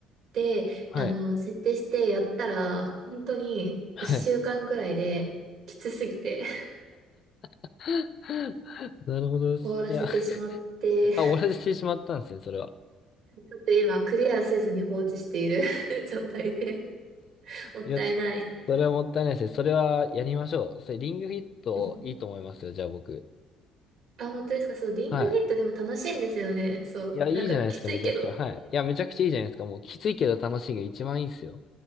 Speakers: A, on the right (about 60°); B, on the left (about 45°).
A: て、
B: はい。
A: あの、
B: はい。
A: 設定してやったら、本当に1週間くらいで、
B: はい。
A: きつすぎて <laughs>
B: <laughs> なるほどです。
A: 終わらせてしまって、
B: いや、あ、終わらせてしまったんですね、それは。
A: ちょっと今、クリアせずに放置している <laughs> 状態で、もったいない。
B: いや、ちょそれはもったいないですね。それはやりましょう。それ、リングフィットいいと思いますよ、
A: うん
B: じゃあ僕。
A: あ、本当ですかそう、リングフィットでも楽しいんですよね。
B: はい。
A: そう、
B: いや、いいじゃないですか、
A: なんか、きついけど。
B: めちゃくちゃ。はい。いや、めちゃくちゃいいじゃないですか。もうきついけど楽しいが一番いいんすよ。